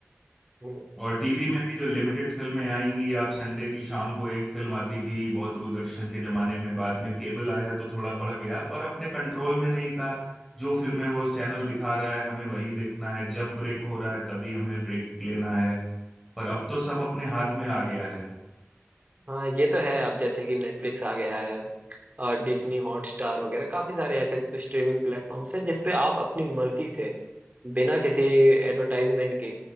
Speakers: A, on the right (about 35°); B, in the centre.
A: हम्म,
B: और टीवी में भी जो लिमिटेड फिल्में आएंगी आप संडे की शाम को एक फिल्म आती थी बहुत दूरदर्शन के जमाने में बाद में केबल आया तो थोड़ा बढ़ गया पर अपने कंट्रोल में नहीं था जो फिल्में वो चैनल दिखा रहा है हमें वही देखना है जब ब्रेक हो रहा है तभी हमें ब्रेक लेना है पर अब तो सब अपने हाथ में आ गया है
A: हाँ ये तो है अब जैसे कि नेटफ्लिक्स आ गया है और डिज्नी हॉटस्टार वगैरह काफी सारे ऐसे स्ट्रीमिंग प्लेटफॉर्म्स हैं जिसपे आप अपनी मर्जी से बिना किसी एडवर्टाइजमेंट के